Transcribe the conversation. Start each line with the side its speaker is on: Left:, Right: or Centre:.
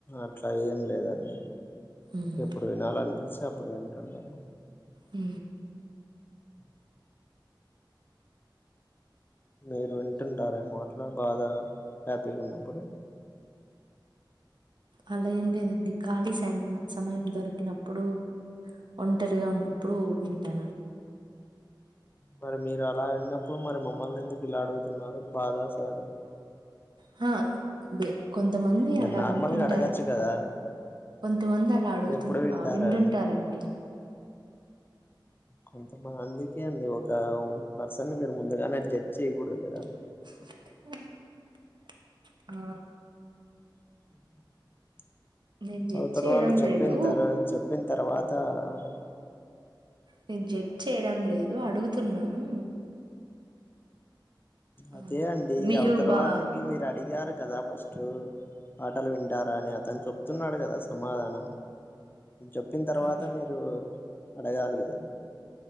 Left: అట్లా ఏం లేదండి
Right: హ్మ్.
Left: ఎప్పుడు వినాలి అనిపించి ప్పుడు వింటుంటాను
Right: ఉ
Left: అ మీరు వింటుంటారే మో అట్ల్ అలా బాగా హ్యాపీగా ఉన్నప్పుడు
Right: అలా ఏం లేదండి ఖాళీ సం సమయం దొరికినప్పుడు ఒంటరిగా ఉన్నప్పుడు విం టాను
Left: మరి మీరు అలా విన్నప్పుడు మరి మమ్మల్ని ఎందుకు ఇలా అడుగుతున్నారు బాధ సాడ్ అని
Right: హా బె కొంతమంది
Left: మీరు
Right: అలా
Left: నార్మల్గా
Right: వింటుంటారండి
Left: అడగచ్చు కదా
Right: కొంతమంది అలా అడుగుతు
Left: ఎప్పుడు వింటారా
Right: వింటుంటారండి
Left: కొంతమందికే అండి ఒక పర్సన్ మీరు ముందుగానే జడ్జ్ చేయ్యకూడదు కదా
Right: అ ఆ
Left: అ
Right: నేను జడ్జ్
Left: అవుతల
Right: చేయడం
Left: వాళ్ళు చెప్పిన
Right: లేదు.
Left: తర్ చెప్పిన తర్వాత త
Right: నేను జడ్జి చేయడం లేదు అడుగుతున్నాను ఆ!
Left: అదే అండి
Right: మీరు
Left: అవతల
Right: బా
Left: వాళ్ళకి మీరు అడిగారు కదా ఫస్ట్ పాటలు వింటారా అని అతను చెప్తున్నాడు కదా సమాధానం చెప్పిన తర్వాత
Right: ఆ!
Left: మీరు అడగాలి కదా